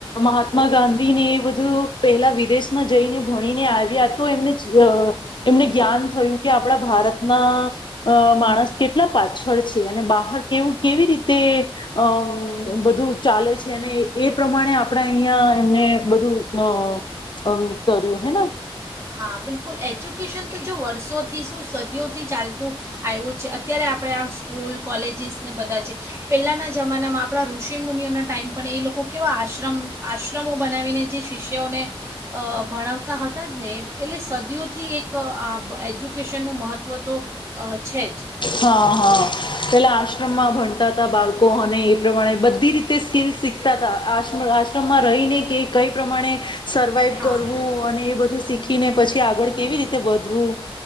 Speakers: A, on the left; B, on the right.
A: મહાત્મા ગાંધીને એ બધું પહેલા વિદેશમાં જઈને ભણીને આવ્યા તો એમને એમને જ્ઞાન થયું કે આપડા ભારતના માણસ કેટલા પાછો છે અને બહાર કેવું કેવી રીતે અ બધું ચાલે છે અને એ પ્રમાણે આપણે અહિયાંયા એમને બધું અ કર્યું હેના
B: હા બિલકુલ એજ્યુકેશન તો જો વર્ષોથી થી શું સદીઓ થી ચાલતું આવ્યું છે અત્યારે આપણે આ સ્કૂલ કોલેજીસને બધા છે પહેલાંના જમાનામાં આપણા ઋષિ મુનિઓના ટાઈમ પણ એ લોકો કેવા આશ્રમ આશ્રમો બનાવીને જે શિષ્યઓને ભણાવતા હતા જ ને એ એટલે સદીઓથી એક આ એજ્યુકેશનનું મહત્ત્વ તો અ છે જ
A: હા હા પેલા આ આ્રમમાં ભણતા બાળકો અને પ્રમાણે બધી રીતે સ્કીલ શીખ આ રાષ્ટ્રમાં રહીને કે કઈ પ્રમાણે સર્વાઈવ
B: હા
A: કરવું અને એ બધું શીખીને પછી આગળ કેવી રીતે વધવું